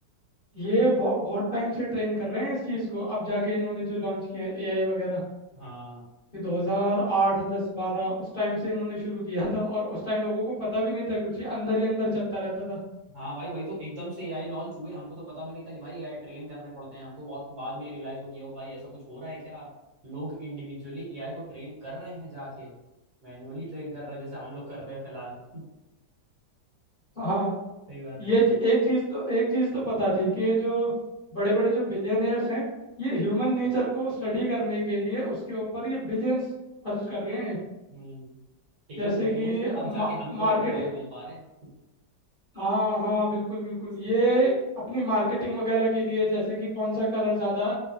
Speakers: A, on the left; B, on the right.
A: ये बहुत बहुत टाइम से ट्रेन कर रहे हैं इस चीज़ को अब जाके इन्होंने जो लॉन्च किया है एआई वगैरह
B: हाँ
A: ये 2008 10 12 उस टाइम से इन्होंने शुरू किया था और उस टाइम लोगों को पता भी नहीं था कुछ ये अंदर ही अंदर चलता रहता था
B: हाँ भाई वही तो एकदम से एआई लॉन्च हुए हमको तो पता भी नहीं था कि भाई एआई ट्रेन करने पड़ते हैं हमको बहुत बाद में रियलाइज हुआ कि ओ भाई ऐसा कुछ हो रहा है क्या लोग इंडिविजुअली एआई को ट्रेन कर रहे हैं जाके मैन्युअली ट्रेन कर रहे हैं जैसे हम लोग कर रहे हैं फिलहाल <laughs>
A: हाँ
B: सही बात
A: ये
B: है भाई
A: च- एक चीज़ तो एक चीज़ तो पता थी कि ये जो बड़े बड़े जो बिलियनियर्स हैं ये ह्यूमन नेचर को स्टडी करने के लिए उसके ऊपर ये बिलियंस खर्च कर रहे हैं
B: हम्म लेकिन
A: जैसे
B: उन बिलियंस
A: कि
B: में अब
A: मा,
B: जाके हमको
A: मार्केट
B: एक दो डॉलर मिल पा रहे हैं <laughs>
A: हाँ हाँ बिल्कुल बिल्कुल
B: सही
A: ये
B: बात
A: एक अपनी मार्केटिंग वगैरह के लिए जैसे कि कौन सा कलर ज़्यादा